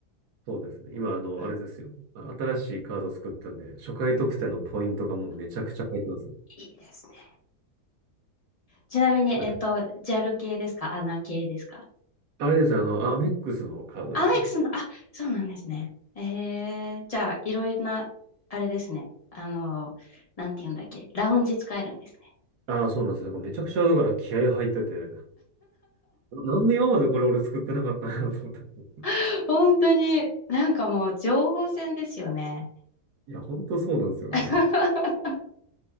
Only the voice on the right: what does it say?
そうですね。今、あの、
あれですよ。あ新しいカード作ったんで、初回特典のポイントがもうめちゃくちゃ入ってます。
まあ、
あれですよあの、あアメックスのカードですね。
ああ、そうなんですよ。だからめちゃくちゃ、だから気合入ってて、ななんで今までこれ俺作ってなかったんやろうと思って。
いや、ほんとそうなんですよね。